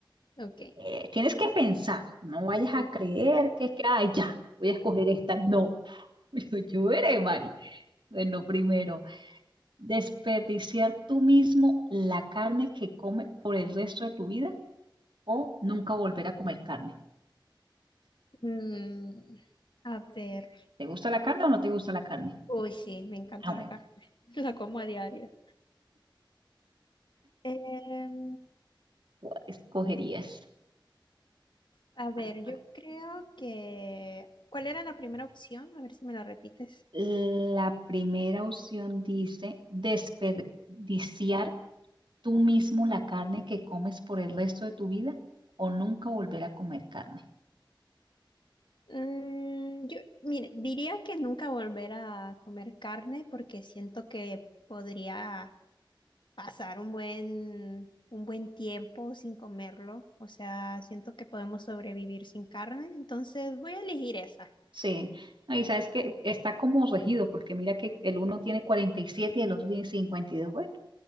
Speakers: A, on the left; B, on the right.
A: Ok.
B: eh, tienes que pensar, no vayas
A: ok.
B: a creer que es que, ay, ya, voy a escoger esta. No, <laughs> yo, yo veré, Mari. Bueno, primero, desperdiciar tú mismo la carne que comes por el resto de tu vida o nunca volver a comer carne.
A: Mm, a ver.
B: ¿Te gusta la carne o no te gusta la carne?
A: Uy, sí, me encanta
B: Ah, bueno,
A: la carne. <laughs> La como a diario. Em,
B: ¿cuál escogerías?
A: a
B: ¿Cuál,
A: ver,
B: cuál?
A: yo creo que... ¿Cuál era la primera opción? A ver si me la repites.
B: La primera opción dice desperdiciar tú mismo la carne que comes por el resto de tu vida o nunca volver a comer carne.
A: Mm, yo, mire, diría que nunca volver a comer carne porque siento que podría pasar un buen, un buen tiempo sin comerlo. O sea, siento que podemos sobrevivir sin carne, entonces voy a elegir esa.
B: Sí, No, y sabes que está como regido, porque mira que el uno tiene cuarenta y siete y el otro tiene 52. Bueno,